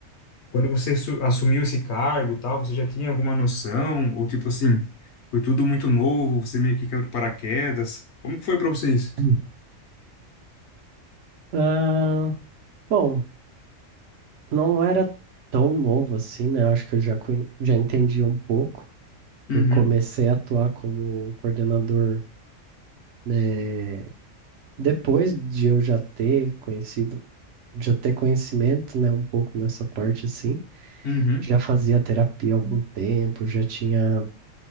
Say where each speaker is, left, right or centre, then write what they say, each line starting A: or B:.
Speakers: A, on the left; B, on the right.
A: quando você su- assumiu esse cargo, e tal, você já tinha alguma noção ou tipo assim, foi tudo muito novo, você meio que caiu de paraquedas. Como que foi para vocês?
B: Hum. Ah, bom, não era tão novo assim, né? Acho que eu já, conhe- já entendi um pouco.
A: Uhum,
B: Eu comecei a atuar como coordenador, né, depois de eu já ter conhecido, já ter conhecimento, né, um pouco nessa parte assim.
A: uhum,
B: Já fazia terapia há algum tempo, já tinha